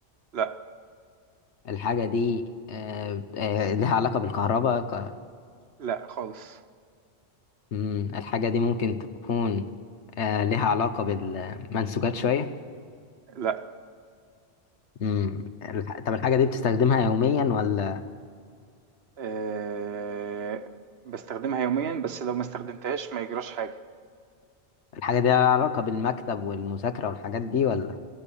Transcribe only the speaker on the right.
لأ
لأ خالص
لأ
آه بستخدمها يوميا بس لو ما استخدمتهاش ما يجراش حاجة